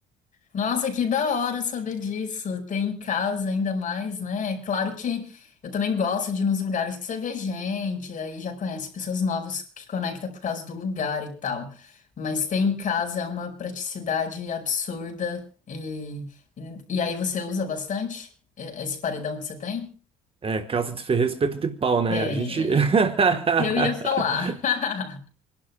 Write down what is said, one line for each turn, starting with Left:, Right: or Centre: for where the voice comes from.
Left: Nossa, que da hora saber disso. Tem em casa ainda mais, né? É Claro que eu também gosto de ir nos lugares que você vê gente, aí já conhece pessoas novas que conecta por causa do lugar e tal. Mas ter em casa é uma praticidade absurda e, e, e aí você usa bastante e- esse paredão que você tem?
Right: É, casa de ferreiro, espeto de pau, né?
Left: É,
Right: A gente.
Left: isso
Right: <laughs>
Left: que eu ia falar. <laughs>